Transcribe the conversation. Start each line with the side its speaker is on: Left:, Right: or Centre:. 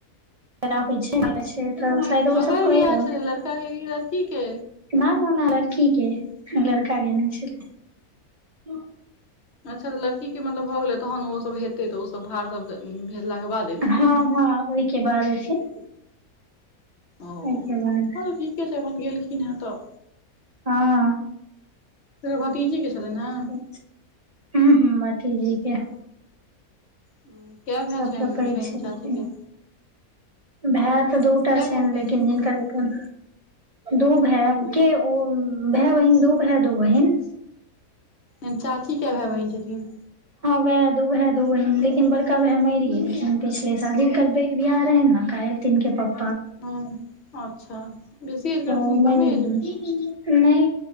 Right: <unintelligible> होय छै त शायद
Left: ककर
Right: ओ सब कैय
Left: बियाह
Right: के
Left: छलै लड़का के कि लड़की के
Right: ना-ना-ना लड़की के लड़का के नै छै। <unintelligible>
Left: अच्छा त लड़की के मतलब भ गेले तहन ओ सब हैतै त ओ सब भार सब द भेजलाके बाद एथिन।
Right: हँ हँ ओहिके बाद एथिन
Left: औ
Right: ओहिके बाद
Left: हां त ठीके छै अपन गेलखिन हेँ त
Right: हां।
Left: फेर भतीजी के छलनि हेँ
Right: छै, हुं-हुं भतीजी के।
Left: हुं काय भाय
Right: सबसँ
Left: छैन
Right: पैघ
Left: छैन
Right: छलखिन
Left: चाची के।
Right: भाय तऽ दुटा
Left: कए
Right: छैन
Left: भाय बहिन
Right: लेकिन
Left: छथिन
Right: जिनकर एखन दू भाय के उ भाय-बहिन दू भाय दू बहिन।
Left: एन चाची काय भाय-बहिन छथिन।
Right: उहाए दू भाय, दू बहिन लेकिन बड़का भाय मैर गेल छैन पिछले साल जिनकर <unintelligible> बियाह रहैन नै कायल तिनके पप
Left: हां अच्छा। बेसी एज के रहथिन
Right: ओ <unintelligible>
Left: कि कमे एज मे
Right: नै